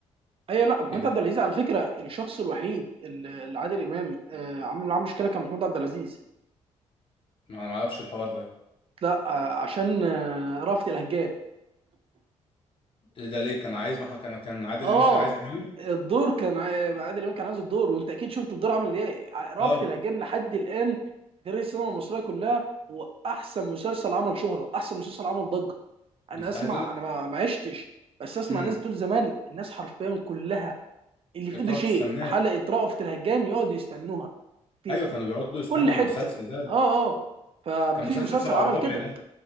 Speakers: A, on the right (about 45°); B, on the left (about 45°).
A: ايوه لا محمود
B: يعني
A: عبد العزيز على فكره الشخص الوحيد اللي اللي عادل امام آه عمل معاه مشكله كان محمود عبد العزيز
B: ما ما أعرفش الحوار ده
A: لا آه، عشان آه، رأفت الهجان
B: إيه ده ليه كان عايز ما كان كان عادل
A: اه
B: إمام كان عايز يعمله
A: الدور كان عا- عادل امام كان عايز الدور وانت اكيد شفت الدور عامل ايه ع- رأفت
B: اه
A: الهجان لحد الان في تاريخ السينما المصريه كلها هو احسن مسلسل عمل شهره احسن مسلسل عمل ضجه
B: بس
A: انا اسمع
B: عايز أقول
A: انا ما ما عشتش بس اسمع
B: لك
A: ناس بتقول زمان الناس حرفيا كلها اللي
B: كانت
A: في ايده
B: بتقعد
A: شيء
B: تستناه
A: حلقه رأفت الهجان يقعدوا يستنوها في,
B: ايوه
A: في
B: كانوا بيقعدوا
A: في
B: يستنوا
A: كل حته
B: المسلسل ده
A: اه اه فمفيش
B: كان مسلسل
A: مسلسل
B: سبعة
A: عمل
B: وربع
A: كده
B: ده